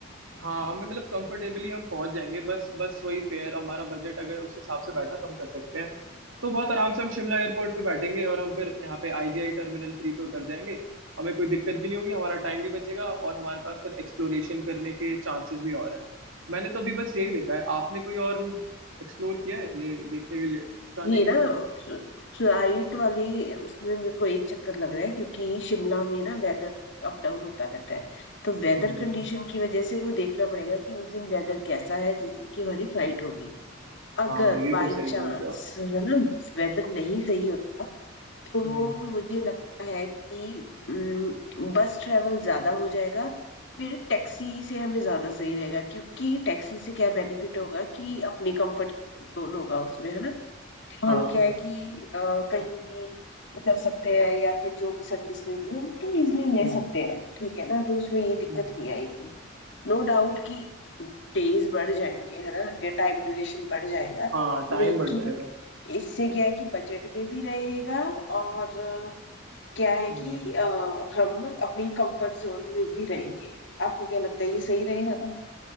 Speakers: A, on the right; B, on the left.
A: हाँ हमें मतलब कंफर्टेबली हम पहुंच जाएंगे बस बस वही फेयर हमारा बजट अगर उस हिसाब से बैठा तो हम कर सकते हैं तो बहुत आराम से हम शिमला एयरपोर्ट पे बैठेंगे और हम फिर यहाँ पे आईजीआई टर्मिनल थ्री पे उतर जाएंगे हमें कोई दिक्कत भी नहीं होगी हमारा टाइम भी बचेगा और हमारे पास फिर एक्सप्लोरेशन करने के चांसेस भी और है मैंने तो अभी बस यही देखा है आपने कोई और रूट एक्सप्लोर किया है ये देखने के लिए जाने
B: ये
A: के
B: ना
A: लिए हमारे
B: फ्ल- फ्लाइट वाले उसमें मेरे को एक चक्कर लग रहा है क्योंकि शिमला में ना वेदर अप डाउन होता रहता है तो वेदर
A: हम्म
B: कंडीशन की वजह से वो देखना पड़ेगा कि उस दिन वेदर कैसा है जिस दिन की हमारी फ्लाइट होगी अगर
A: हाँ ये
B: बाय
A: तो सही
B: चांस
A: बोल रहे हो आप
B: है ना वेदर नहीं सही होता तो
A: हम्म
B: मुझे लगता है कि अम, बस ट्रेवल ज्यादा हो जाएगा फिर टैक्सी से हमें ज्यादा सही रहेगा क्योंकि टैक्सी से क्या बेनिफिट होगा कि अपने कंफर्ट जोन होगा उसमें है ना तो
A: हाँ
B: हम क्या है कि अ, कहीं भी उतर सकते हैं या फिर जो भी सर्विस लेनी हो हम तो इजिली ले
A: हम्म
B: सकते हैं ठीक है ना तो उसमें ये दिक्कत
A: हम्म,
B: नहीं आएगी नो डाउट कि डेज बढ़ जाएंगे है ना या टाइम ड्यूरेशन बढ़ जाएगा
A: हाँ टाइम
B: लेकिन
A: बढ़ जाएगा
B: इससे क्या है कि बजट में भी रहेगा और अ, क्या है
A: हम्म
B: कि अ, हम अपनी कंफर्ट जोन में भी रहेंगे आपको क्या लगता है ये सही रहेगा ना